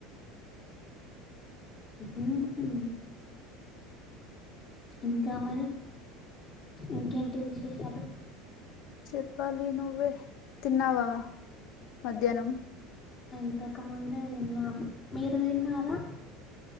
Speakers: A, on the left; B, on the left.
A: ఆ ఇంకా మరి ఇంకేంటి విశేషాలు
B: చెప్పాలి నువ్వే తిన్నావా మధ్యానం
A: అంతకముందే తినం మీర్ తిన్నారా